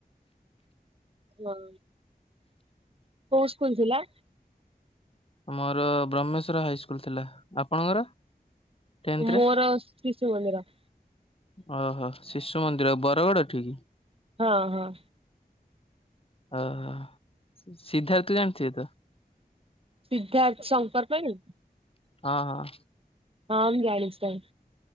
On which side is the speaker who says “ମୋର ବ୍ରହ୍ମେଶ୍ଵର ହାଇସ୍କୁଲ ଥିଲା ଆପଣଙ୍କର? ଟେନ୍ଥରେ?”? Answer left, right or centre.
Left